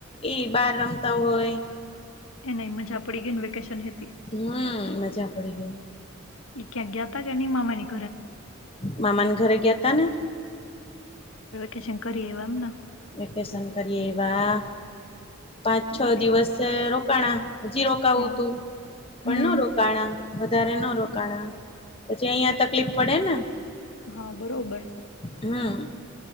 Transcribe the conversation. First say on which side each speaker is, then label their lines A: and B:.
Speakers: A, on the left; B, on the left.
A: એ બાર રમતા હોય.
B: એનેય મજા પડી ગયને વેકેશન હે તે.
A: હમ મજા પડી ગઈ
B: ઈ ક્યાંક ગયા તે કે ની માામાની
A: મામાન ઘરે ગ્યા તા ને.
B: કેશન કરી આય્વા એમ ન?
A: વેકેેશન કરી આય્વા. પાંચ છ
B: બરોબર
A: દિવસે રો કણા હજી રોકાવું
B: હા
A: તુ, પણ
B: હમ
A: ન રોકાણા વધારે ન રોકાણા, પછી અઈયા તકલીફ પડે ને?
B: હા બરોબર છે
A: હમ્મ.